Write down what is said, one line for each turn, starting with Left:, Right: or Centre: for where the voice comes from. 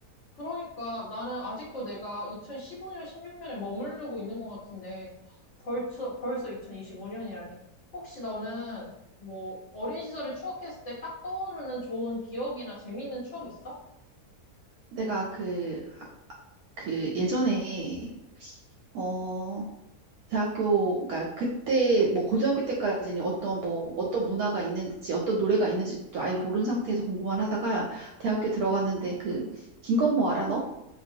Left: 그러니까 나는 아직도 내가 2015년, 16년에 머무르고 있는 것 같은데, 벌써, 벌써 2025년이라니. 혹시 너는 뭐 어린 시절을 추억했을 때 딱 떠오르는 좋은 기억이나 재밌는 추억 있어?
Right: 내가 그, 그 예전에, 어, 대학교, 그러니까 그때, 뭐, 고등학교 때까지는 어떤 뭐, 어떤 문화가 있는지, 어떤 노래가 있는지도 아예 모르는 상태에서 공부만 하다가 대학교 들어갔는데 그, 김건모 알아, 너?